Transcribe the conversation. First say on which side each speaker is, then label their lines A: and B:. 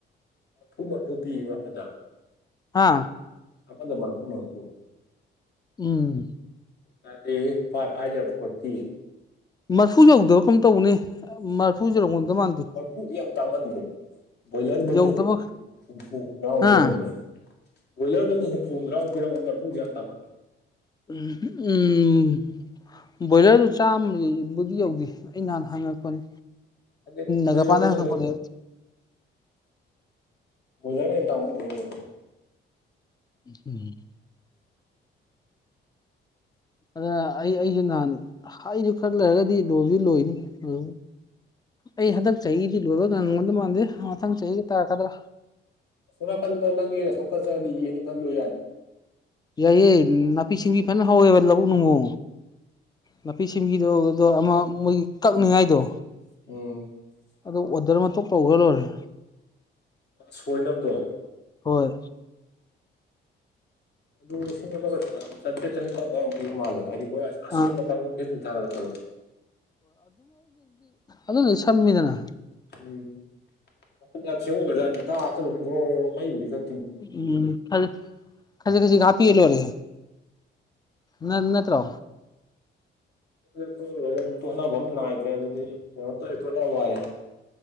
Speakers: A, on the left (about 55°); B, on the left (about 20°).
A: ꯃꯐꯨ ꯃꯐꯨ ꯄꯤꯕ ꯑꯃꯗ
B: ꯍꯥ
A: ꯃꯗ ꯃꯄꯨ ꯃꯄꯨ
B: ꯎꯝ
A: ꯇꯗꯤ ꯄꯥ ꯑꯖꯕ ꯈꯇ
B: ꯃꯔꯐꯨ ꯌꯧꯗꯕ ꯀꯩꯅꯣꯝ ꯇꯧꯕꯅꯤ ꯃꯔꯐꯨ ꯌꯧꯔꯝꯒꯗꯧ ꯃꯥꯟꯗꯦ
A: ꯃꯔꯔꯐꯨ ꯇꯥꯃꯟ꯭ꯔ ꯕꯣꯏꯂꯔꯐꯧꯗ
B: ꯌꯧꯗꯕ
A: ꯍꯨꯝꯐꯨ ꯍꯨꯝꯐꯨ ꯍꯨꯝꯗ꯭ꯔꯥꯃꯨꯛꯇꯤ
B: ꯍꯥ
A: ꯌꯥꯝꯒꯅꯤ ꯕꯣꯏꯂꯔꯐꯧꯗ ꯍꯨꯝꯐꯨ ꯍꯨꯝꯗ꯭ꯔꯥꯃꯨꯛꯇꯛ ꯄꯤ ꯐ ꯊ <inaudible>
B: ꯎ ꯎꯝ ꯕꯣꯏꯂꯔꯗꯨ ꯆꯥꯝꯃꯕꯨꯗꯤ ꯌꯧꯗꯦ ꯑꯩ ꯅꯍꯥꯟ ꯍꯪꯉꯔꯛꯄꯅꯤ
A: ꯑꯗꯩ ꯀꯨꯏꯔꯕꯩ
B: ꯑ ꯒꯥꯄꯅ ꯍꯪꯉꯛꯄꯅꯤ
A: ꯇꯧꯅ ꯍꯣꯏꯂꯅꯦ ꯇꯥꯃꯅꯒꯣꯏꯅꯤ
B: ꯎꯝ <inaudible> ꯑꯗꯨꯗ ꯑꯩ ꯑꯩꯁꯨꯦ ꯅꯍꯥꯟ ꯑꯩꯁꯨ ꯈꯔ ꯂꯩꯔꯒꯗꯤ ꯂꯣꯁꯨ ꯂꯣꯏꯅꯤ ꯑꯗꯨ ꯑꯩ ꯍꯟꯗꯛ ꯆꯍꯤꯗꯤ ꯂꯣꯏꯔꯒ ꯉꯪꯉꯣꯟꯗ ꯃꯥꯟꯗꯦ ꯃꯊꯪ ꯆꯍꯤꯒ ꯇꯥ ꯈꯗ꯭ꯔꯥ
A: ꯁꯣꯅꯥꯀꯟꯗ ꯅꯪꯒꯤ ꯁꯣꯀꯠꯆꯗꯤ ꯌꯦꯅꯤ ꯐꯜꯂꯨ ꯌꯥꯅꯤꯌꯦ
B: ꯌꯥꯏꯌꯦꯦ ꯅꯥꯄꯤ ꯁꯤꯡꯕꯤ ꯐꯖꯅ ꯍꯥꯎꯋꯦꯕ ꯂꯧꯕꯨꯛ ꯅꯨꯡꯉꯣ ꯅꯥꯄꯤ ꯆꯤꯟꯒꯤꯗꯣꯗꯣ ꯑꯃ ꯃꯣꯏꯒꯤ ꯀꯛꯅꯤꯉꯥꯏꯗꯣ
A: ꯑꯣ <inaudible>
B: ꯑꯗꯨ ꯑꯣꯗꯔ ꯃꯇꯧ ꯇꯧꯈ ꯂꯣꯏꯔꯦ
A: ꯑ ꯁꯣꯏꯅꯕꯗꯣ
B: ꯍꯣꯏ
A: ꯑꯗꯨꯒ ꯆꯠꯇꯦ ꯆꯂꯤ ꯃꯥꯜꯦ ꯑꯗꯨ ꯃꯣꯏ ꯑꯁꯦꯡꯕ
B: ꯑꯥ
A: ꯀꯥꯡꯕꯨ ꯐꯦꯇꯨꯝ ꯊꯥꯒꯠꯂꯛꯄꯗꯣ
B: ꯑꯗꯨ ꯂꯩ ꯁꯃꯤꯗꯅ
A: ꯎꯝ ꯃ ꯌꯥꯝ ꯁꯦꯡꯉꯣꯏꯒ꯭ꯔꯥ ꯇꯊꯠꯂꯅꯤ ꯈ꯭ꯔꯣ ꯃꯩꯕꯨꯗꯤ ꯈ
B: ꯎꯝ ꯈꯖꯤ ꯈꯖꯤ ꯈꯖꯤ ꯄꯣꯦ ꯅ ꯅꯠꯇ꯭ꯔꯣ
A: ꯀꯣꯏꯂꯨꯔꯒ ꯇꯣꯠꯅꯕ ꯑꯃ ꯅꯥꯏꯗ꯭ꯔꯦ ꯑꯗꯨꯗꯤ ꯀꯩꯅꯣ ꯇꯧ ꯇꯣꯠꯅꯕ ꯍꯥꯏꯌꯦꯦ